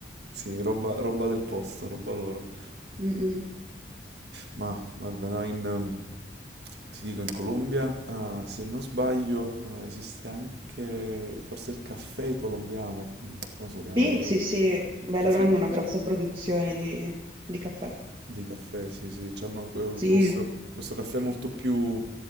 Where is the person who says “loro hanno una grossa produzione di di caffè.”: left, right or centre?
Right